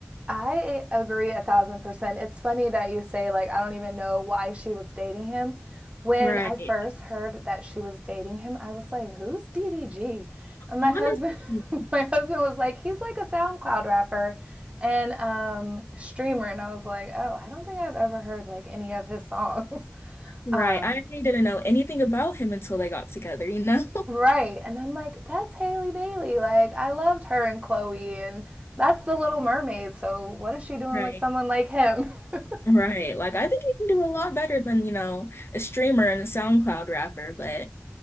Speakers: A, on the right; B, on the left.
A: I agree a thousand percent. It's funny that you say, like, I don't even know why she was dating him. When
B: Right.
A: I first heard that she was dating him, I was like, who's DDG? And my
B: Honestly,
A: husband, <laughs> my husband was like, he's like a SoundCloud rapper and um, streamer. And I was like, oh, I don't think I've ever heard like any of his songs. <laughs>
B: right.
A: Um,
B: I didn't know anything about him until they got together, you know?
A: right. And I'm like, that's Haley Bailey. Like, I loved her and Chloe, and that's the Little Mermaid.
B: <laughs>
A: So, what is she doing
B: Right.
A: with someone like him? <laughs>
B: Right. Like I think you can do a lot better than, you know, a streamer and a SoundCloud rapper, but